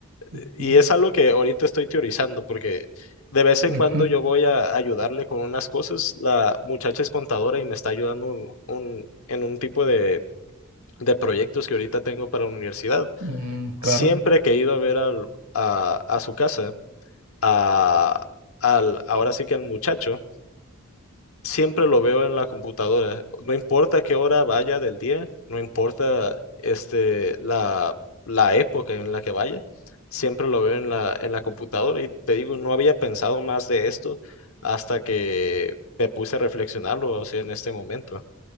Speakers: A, on the left; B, on the right.
A: eh,
B: Mm,
A: y es algo que ahorita estoy teorizando porque de vez en
B: ujú.
A: cuando yo voy a ayudarle con unas cosas, la muchacha es contadora y me está ayudando un- un- en un tipo de, de proyectos que ahorita tengo para la universidad.
B: Mm, claro.
A: Siempre que he ido a ver al- a, a su casa, a, al, ahora sí que al muchacho, siempre lo veo en la computadora. No importa qué hora vaya del día, no importa este, la, la época en la que vaya, siempre lo veo en la, en la computadora. Y te digo, no había pensado más de esto hasta que me puse a reflexionarlo, o sea, en este momento.